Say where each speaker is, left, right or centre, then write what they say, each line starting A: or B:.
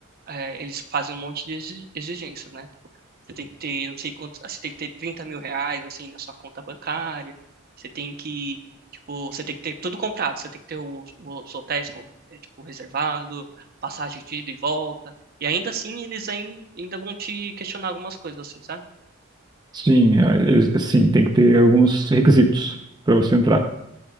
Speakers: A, on the right; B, on the right.
A: é, eles fazem um monte de exi- exigências, né? Tipo, você tem que ter, não sei quanto, ah, você tem que ter 30 mil reais, assim, na sua conta bancária, você tem que, tipo, você tem que ter tudo comprado, você tem que ter os, os hotéis, com- é, tipo, reservado, passagem de ida e volta, e ainda assim eles ain- ainda vão te questionar algumas coisas, assim, sabe?
B: Sim, é- é- sim, tem que ter alguns requisitos para você entrar.